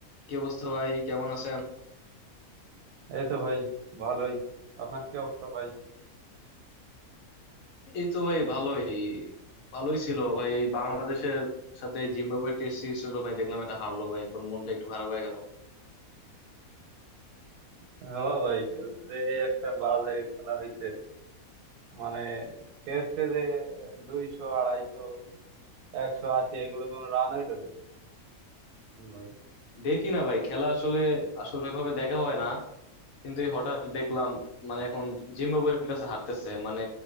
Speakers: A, on the left; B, on the right.
A: কি অবস্থা ভাই কেমন আছেন
B: এই তো ভাই ভালোই আপনার কি অবস্থা ভাই
A: এই তো ভাই ভালোই ভালোই ছিল ভাই এই বাংলাদেশের সাথে জিম্বাবুয়ে টেস্ট সিরিজ হলো ভাই দেখলাম এটা হারলো ভাই এরপর মনটা একটু খারাপ হয়ে গেল
B: হ্যাঁ ভাই যে এই একটা বাজে খেলা হইছে মানে টেস্টে যে দুইশো আড়াইশো একশো আশি এগুলো কোনো রান হইলো ভাই
A: দেখি না ভাই খেলা আসলে আসলে এভাবে দেখা হয় না কিন্তু এই হঠাৎ দেখলাম মানে এখন জিম্বাবুয়ের কাছে হারতেছে মানে